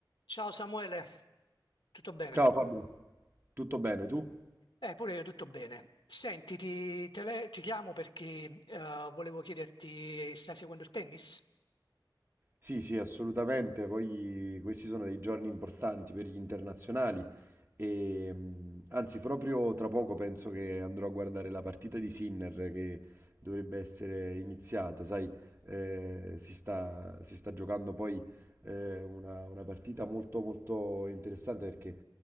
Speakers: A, on the left (about 85°); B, on the right (about 30°).
A: Ciao Samuele, tutto bene?
B: Ciao Fabio, tutto bene tu?
A: Eh, pure io tutto bene. Senti, ti, tele- ti chiamo perché eh, volevo chiederti, stai seguendo il tennis?
B: Sì, sì, assolutamente. Poi questi sono dei giorni importanti per gli internazionali E, mh, anzi, proprio tra poco penso che andrò a guardare la partita di Sinner che dovrebbe essere iniziata. Sai, eh, si sta, si sta giocando poi eh, una, una partita molto, molto interessante perché